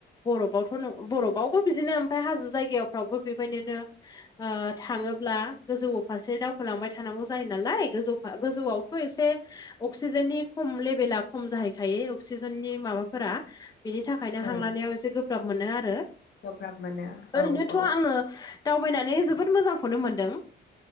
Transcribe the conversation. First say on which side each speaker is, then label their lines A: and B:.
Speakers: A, on the left (about 20°); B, on the left (about 60°).
A: बरफावथ' नो बरफबावबो बिदिनो ओमफाय हाजो जायगाफ्रावबो बेबायदिनो ओ थाङोब्ला गोजौवो फारसे दावखोलांबाय थानांगौ जायो नालाय गोजौ फा गोजौआवथ' एसे अक्सिजेननि खम लेभला खम जाहैखायो अक्सिजेननि माबाफोरा। बेनि थाखायनो हां
B: औ
A: लानायाव एसे गोब्राब मोनो आरो।
B: गोब्राब मोनो
A: ओरैनोथ'
B: औ औ
A: आङो। दावबायनानै जोबोद मोजांखौनो मोनदों।